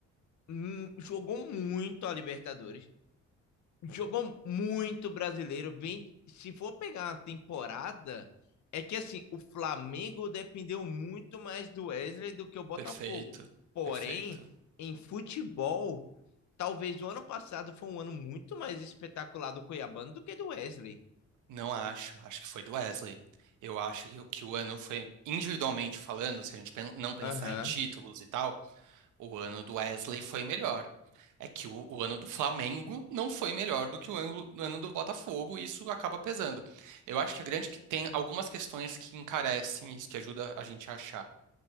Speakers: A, on the left; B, on the right.
A: hum, jogou muito a Libertadores, jogou muito brasileiro. Vem, se for pegar uma temporada, é que assim, o Flamengo dependeu muito mais do Wesley do que o Botafogo.
B: Perfeito,
A: Porém,
B: perfeito.
A: em futebol, talvez o ano passado foi um ano muito mais espetacular do Cuiabano do que do Wesley.
B: Não acho, acho que foi do Wesley. Eu acho que, o que o ano foi, individualmente falando, se a gente pen- não pensar
A: Aham.
B: em títulos e tal, O ano do Wesley foi melhor. É que o, o ano do Flamengo não foi melhor do que o ano, o ano do Botafogo, e isso acaba pesando. Eu acho que a grande que tem algumas questões que encarecem isso, que ajuda a gente a achar.